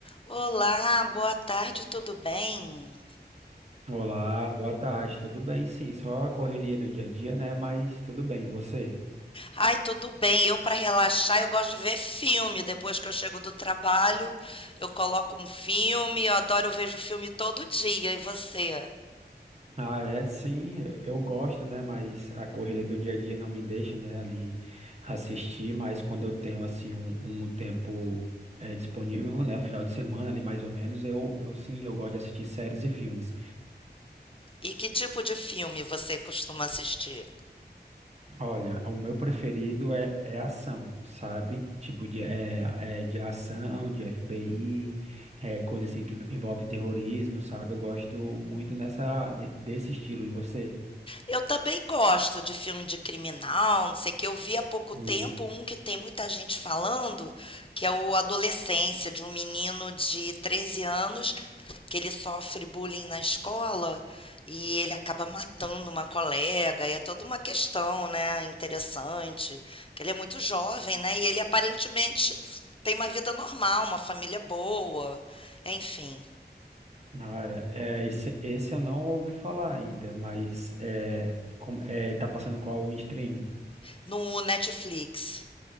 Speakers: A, on the left; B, on the right.
A: Olá, boa tarde, tudo bem?
B: Olá, boa tarde. Tudo bem? Sim, só a correria do dia a dia, né? Mas tudo bem. E você?
A: Ai, tudo bem. Eu, para relaxar, eu gosto de ver filme. Depois que eu chego do trabalho, eu coloco um filme. Eu adoro, eu vejo filme todo dia. E você?
B: Ah, é, sim, eu eu gosto, né? Mas a correria do dia a dia não me deixa, né, ali assistir. Mas quando eu tenho, assim, um, um tempo eh, disponível, né, final de semana ali mais ou menos, eu, eu sim, eu gosto de assistir séries e filmes.
A: E que tipo de filme você costuma assistir?
B: Olha, o meu preferido é, é ação, sabe? Tipo de, é, é de ação, de FBI, é, coisa assim que envolve terrorismo, sabe? Eu gosto muito nessa, de- desse estilo. E você?
A: Eu também gosto de filme de criminal, não sei o que. Eu vi há pouco
B: E,
A: tempo um que tem muita gente falando, que é o Adolescência, de um menino de 13 anos, que ele sofre bullying na escola e ele acaba matando uma colega, e é toda uma questão, né, interessante, que ele é muito jovem, né, e ele aparentemente tem uma vida normal, uma família boa, enfim,
B: ah, é, é, esse, esse eu não ouvi falar ainda, mas é, como, é, tá passando em qual stream?
A: no Netflix.